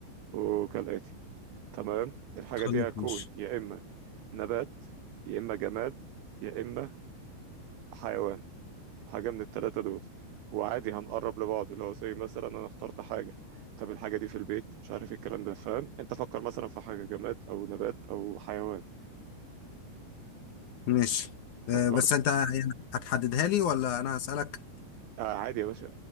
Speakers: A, on the right (about 85°); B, on the left (about 70°).
A: وكالآتي تمام الحاجة
B: خلاص
A: دي هتكون
B: ماشي
A: يا اما نبات يا اما جماد يا اما حيوان حاجة من التلاتة دول هو عادي هنقرب لبعض اللي هو زي مثلا أنا اخترت حاجة طب الحاجة دي في البيت مش عارف ايه الكلام ده فاهم أنت فكر مثلا في حاجة جماد أو نبات أو حيوان
B: ماشي
A: فكرت
B: آه بس انت يعني هتحددها لي ولا انا هسألك <laughs>
A: آه عادي يا باشا